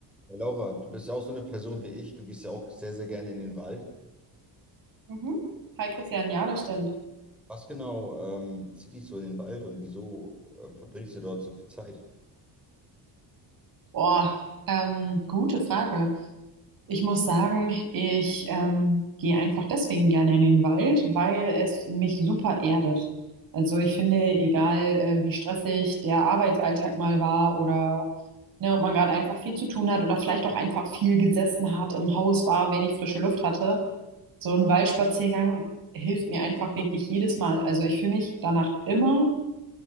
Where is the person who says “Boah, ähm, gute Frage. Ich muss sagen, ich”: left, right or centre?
Right